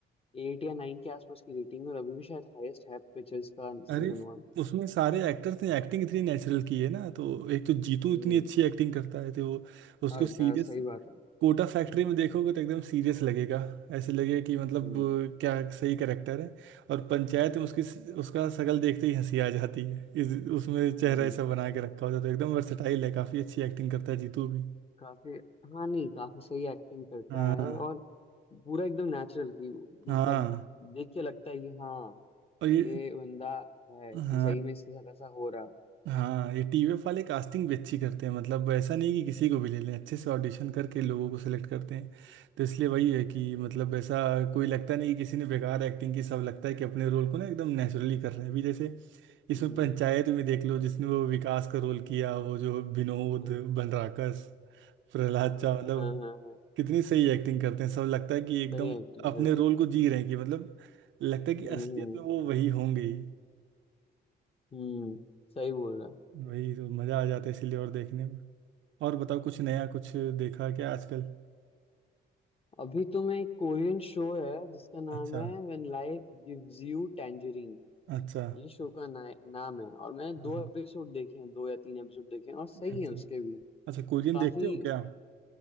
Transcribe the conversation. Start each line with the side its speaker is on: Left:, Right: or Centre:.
Left: एट या नाइन के आसपास की रेटिंग और अभी भी शायद हाईएस्ट है पिक्चर्स का
Right: अरे
Left: सीजन वन
Right: उसमें सारे एक्टर्स ने एक्टिंग इतनी नेचुरल की है ना तो एक तो जीतू
Left: हम्म
Right: इतनी अच्छी एक्टिंग करता है तो वो उसको
Left: अड़ता
Right: सीरियस
Left: सही बात है
Right: कोटा फैक्ट्री में देखोगे तो एकदम सीरियस लगेगा ऐसे लगेगा कि मतलब
Left: हम्म
Right: अ, क्या सही करेक्टर है और पंचायत में उसकी उसका शक्ल देखते ही हंसी आ जाती है इस उसमें चेहरा
Left: हम्म
Right: ऐसा बना के रखा होता है तो एकदम वर्सेटाइल है काफ़ी अच्छी एक्टिंग करता है जीतू भी
Left: काफी हाँ नहीं काफी सही एक्टिंग करता
Right: हाँ
Left: है और पूरा एकदम नेचुरल की
Right: हाँ
Left: मतलब देख के लगता है कि हाँ
Right: और ये
Left: ये बंदा है
Right: हाँ
Left: कि सही में इसके साथ ऐसा हो रहा
Right: हाँ ये टीवीएफ वाले कास्टिंग भी अच्छी करते हैं मतलब ऐसा नहीं कि किसी को भी ले लें अच्छे से ऑडिशन करके लोगों को सिलेक्ट करते हैं तो इसलिए वही है कि मतलब ऐसा कोई लगता नहीं कि किसी ने बेकार एक्टिंग की सब लगता है कि अपने रोल को ना एकदम नेचुरली कर रहे हैं अभी जैसे इसमें
Left: हम्म
Right: पंचायत में देख लो जिसने वो विकास का रोल किया वो जो विनोद
Left: हाँ
Right: बनराकस प्रहलाद चा मतलब
Left: हाँ हाँ हाँ,
Right: कितनी सही एक्टिंग करते हैं सब लगता है कि एकदम
Left: सही एक्टिंग
Right: अपने
Left: करते
Right: रोल
Left: हैं
Right: को जी रहे हैं कि मतलब लगता है कि
Left: हम्म
Right: असलियत
Left: हम्म
Right: में वो वही होंगे ही
Left: हम्म सही बोल रहा है
Right: वही तो मज़ा आ जाता है इसीलिए और देखने में और बताओ कुछ नया कुछ देखा क्या आजकल
Left: अभी तो मैं एक कोरियन शो है जिसका नाम
Right: अच्छा
Left: है when life gives you tangerine
Right: अच्छा
Left: ये शो का ना, नाम है और मैंने
Right: हाँ
Left: दो
Right: हाँ
Left: एपिसोड देखे हैं दो या तीन एपिसोड देखे हैं और सही
Right: अच्छा
Left: है उसके भी
Right: अच्छा कोरियन
Left: काफी
Right: देखते हो क्या